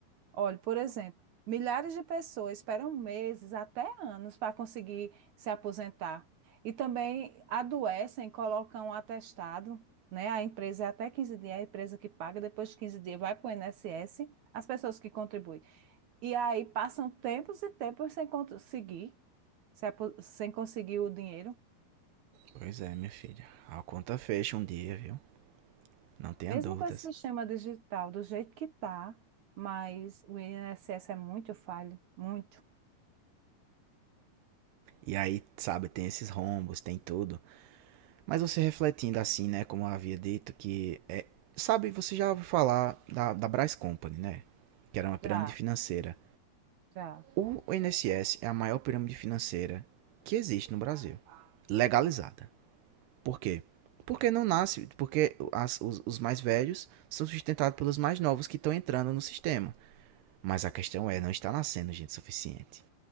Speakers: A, on the right (about 65°); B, on the right (about 85°).
A: Olha, por exemplo, milhares de pessoas esperam meses, até anos, para conseguir se aposentar. E também adoecem, colocam um atestado, né? A empresa é até 15 dias, a empresa que paga, depois de 15 dias vai para o INSS, as pessoas que contribuem. E aí passam tempos e tempos sem conseguir, se apo- sem conseguir o dinheiro.
B: Pois é, minha filha. A conta fecha um dia, viu? Não tenha
A: Mesmo
B: dúvidas.
A: com esse sistema digital, do jeito que está, mas o INSS é muito falho, muito.
B: E aí, sabe, tem esses rombos, tem tudo. Mas você refletindo assim, né? Como eu havia dito, que é. Sabe, você já ouviu falar da, da Brás Company, né? Que era uma pirâmide
A: Já,
B: financeira.
A: já.
B: O INSS é a maior pirâmide financeira que existe no Brasil. Legalizada. Por quê? Porque não nasce, porque as- os, os mais velhos são sustentados pelos mais novos que estão entrando no sistema. Mas a questão é, não está nascendo gente suficiente.